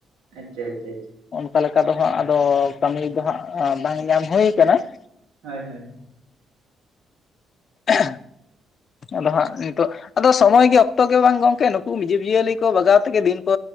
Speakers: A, on the right (about 85°); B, on the left (about 50°).
A: ᱟᱪᱪᱷᱟ ᱟᱪᱪᱷᱟ ᱾
B: ᱚᱱᱠᱟ ᱞᱮᱠᱟ ᱫᱚ ᱦᱟᱸᱜ ᱟᱫᱚ ᱠᱟᱹᱢᱤ ᱫᱚ ᱦᱟᱸᱜ ᱵᱟᱝ ᱧᱟᱢ ᱦᱩᱭ ᱟᱠᱟᱱᱟ ᱾
A: ᱦᱳᱭ ᱦᱳᱭ ᱾
B: <unintelligible> ᱟᱫᱚ ᱦᱟᱸᱜ ᱱᱤᱛᱚᱜ ᱟᱫᱚ ᱥᱚᱢᱚᱭ ᱜᱮ ᱚᱠᱛᱚ ᱜᱮ ᱵᱟᱝ ᱜᱚᱝᱠᱮ ᱱᱩᱠᱩ ᱡᱤᱵᱽᱼᱡᱤᱭᱟᱹᱞᱤ ᱠᱚ ᱵᱟᱜᱟᱣ ᱛᱮ ᱜᱮ ᱫᱤᱱ ᱠᱚ